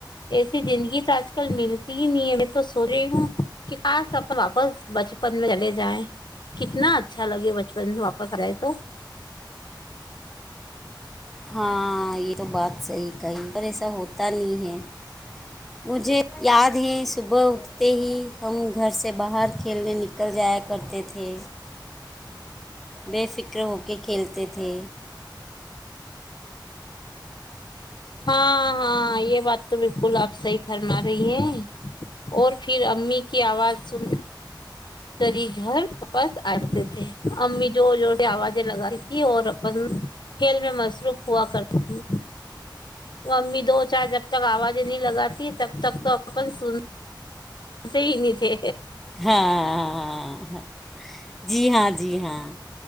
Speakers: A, on the left; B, in the centre.
A: ایسی زندگی تو آج کل ملتی ہی نہیں ہے میں تو سو رہی ہوں کہ خ س اپ واپس بچپن میں چلے جائیں کتنا اچھا لگے بچپن میں واپس آ جائے تو
B: ہاں یہ تو بات صحیح کہی پر ایسا ہوتا نہیں ہے مجھے یاد ہے صبح اٹھتے ہی ہم گھر سے باہر کھیلنے نکل جایا کرتے تھے بے فک کر ہوک کھیلتے تھے
A: ہاں ہاں یہ بات تو بالکل آپ صحیح فرما رہی ہیں اور پھر امی کی آواز سن سری گھر واپس آے تھے امی زور زور سے آوازیں لگاتی تیں اور اپن کھیل میں مصروف ہوا کرتی تھی ممی دو چار جب تک آوازیں نہیں لگاتی تب تک تو اپن سن صح ہی نہیں تھے
B: ہاں ہاں ہاں ہاں ہاں ہاں جی ہاں جی ہاں